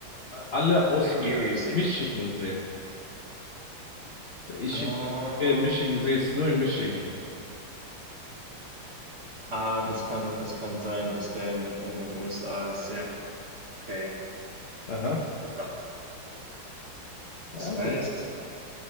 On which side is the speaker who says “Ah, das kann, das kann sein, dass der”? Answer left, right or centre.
Right